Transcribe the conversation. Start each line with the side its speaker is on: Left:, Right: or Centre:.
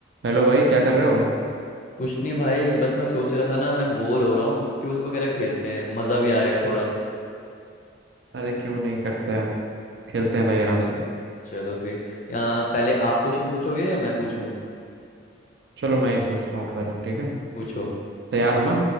Right: हेलो भाई क्या कर रहे हो
Left: कुछ नहीं भाई बस मैं सोच रहा था ना मैं बोर हो रहा हूँ क्यूज वगैरह खेलते हैं मज़ा भी आएगा थोड़ा
Right: अरे क्यों नहीं करते हैं खेलते हैं
Left: अब
Right: भाई आराम से
Left: चलो फिर यहाँ पहले आप क्वेश्चन पूछोगे या मैं पूछूं
Right: चलो मैं ही पूछता हूँ पर ठीक है
Left: पूछो
Right: तैयार हो ना